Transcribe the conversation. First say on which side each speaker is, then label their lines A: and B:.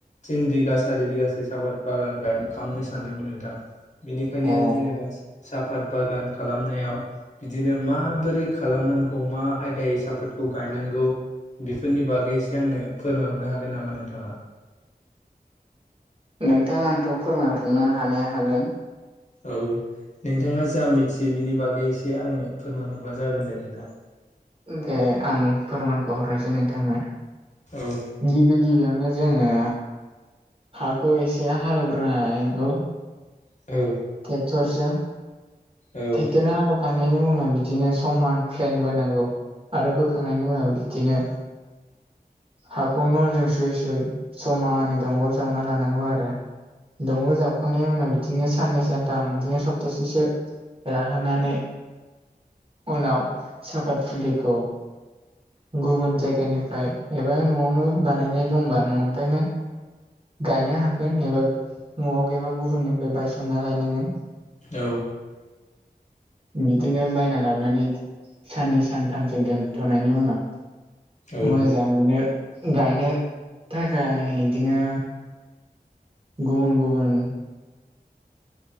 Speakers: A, on the left; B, on the right.
A: थिन बिगा सारि बिगासो साफात बागान गाय खामनो सानदोंमोन नोंथां बिनिखायनो
B: ए
A: जेनेबा साफात बागान खालामनायाव बिदिनो मा बोरै खालामनांगौ मा आयदायै साफातखौ गायनांगौ बेफोरनि बागै एसे आंनो फोरमायहरनो हागोन नामा नोंथाङा
B: नोंथां आंथ' फोरमायहरनो हानाया हागोन
A: औ नोंथाङा जा मिथियो बिनि बागै एसे आंनो फोरमायहरबा जागोन दे नोंथां
B: दे आं फोरमानखौ हरनोसै नोंथांनो
A: औ
B: गिबि गिबियावनो जोङो हाखौ एसे हालेवग्रोनानै <unintelligible>
A: औ
B: टेक्टरजों
A: औ
B: टेक्टर हालौवखांनायनि उनाव बिदिनो समान प्लेन बोनांगौ आरो बोखांनायनि उनाव बिदिनो हाखौ नलजों सुयै सुयै समानै दंग' जावना लानांगौ आरो दंग' जाबखांनायनि उनाव बिदिनो साननै सानथाम बिदिनो सप्तासेसो राहोनानै उनाव साफात फुलिखौ गुबुन जायगानिफ्राय एबा न'आवनो बानायनाय दंबा न'निफायनो गायनो हागोन एबा न'आव गैयबा गुबुननिफ्राय बायसनना लायनांगोन
A: औ
B: बिदिनो बायना लाबोनानै साननै सानथामसो दोनथ'नायनि उनाव
A: औ
B: मोजाङैनो गायनो थाखाय इदिनो गुबुन गुबुन